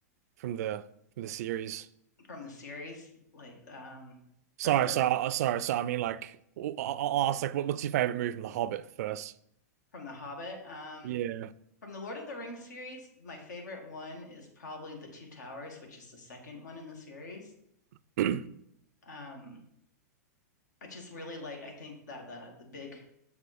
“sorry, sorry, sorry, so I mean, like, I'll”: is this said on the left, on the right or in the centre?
Right